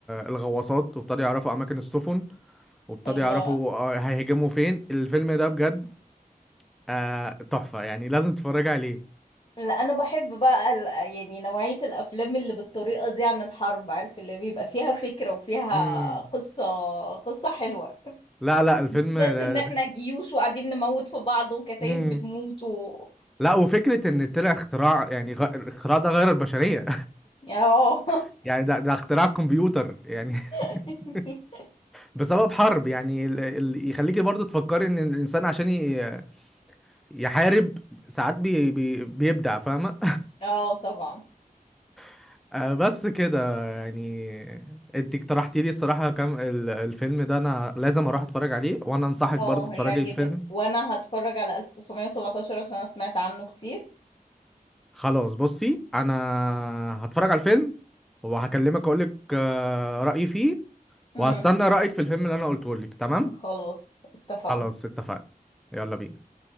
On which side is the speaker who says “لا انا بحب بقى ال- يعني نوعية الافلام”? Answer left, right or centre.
Left